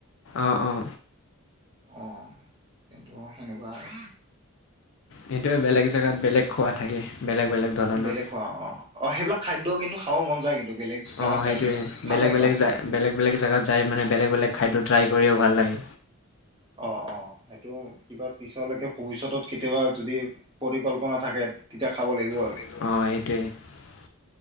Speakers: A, on the left; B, on the right.
A: অঁ অঁ
B: অঁ কিন্তু সেনেকুৱা আৰু
A: সেইটোৱে বেলেগ জেগাত বেলেগ খোৱা থাকে বেলেগ বেলেগ ধৰণৰ
B: বেলেগ খোৱা অ অ সেইবিলাক খাদ্য় কিন্তু খাব মন যায় কিন্তু বেলেগ জাগাত
A: অঁ সেইটোৱে
B: যায় কিনে ভাল
A: বেলেগ
B: লাগে
A: বেলেগ
B: ন
A: জা বেলেগ বেলেগ জেগাত যাই মানে বেলেগ বেলেগ খাদ্য ট্ৰাই কৰিও ভাল লাগে
B: অ অ সেইটো কিবা পিছলৈকে ভৱিষ্যতত কেতিয়াবা যদি পৰিকল্পনা থাকে তেতিয়া খাব লাগিব আৰু
A: অৱ সেইটোৱে